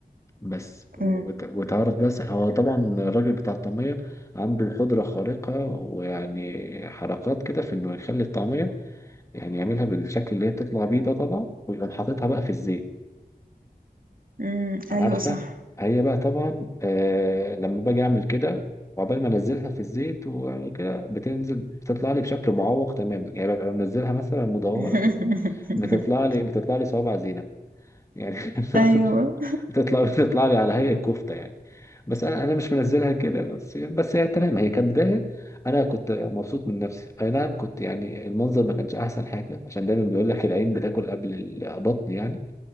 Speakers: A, on the left; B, on the right.
A: بس وت-
B: مم.
A: وتعرف بس هو طبعا الراجل بتاع الطعمية عنده قدرة خارقة ويعني حركات كده في انه يخلي الطعمية يعني يعملها بالشكل اللي هي بتطلع بيه ده طبعا ويقوم حاططها بقى في الزيت
B: مم.
A: عارفة
B: ايوه صح
A: هي بقى طبعا آه لما باجي اعمل كده وعقبال ما انزلها في الزيت وكده بتنزل بتطلع لي بشكل معوق تماما يعني ببقى منزلها مثلا مدورة
B: <laughs>
A: كده بتطلع لي بتطلع لي صوابع زينة يعني
B: ايوه
A: <laughs> بتطلع بتطلع لي على هيئة كفتة يعني بس انا انا مش منزلها كده بس يعني، بس هي تمام هي كبداية انا كنت مبسوط من نفسي اي نعم كنت يعني المنظر ما كانش احسن حاجة عشان دايما بيقول لك العين بتاكل قبل البطن يعني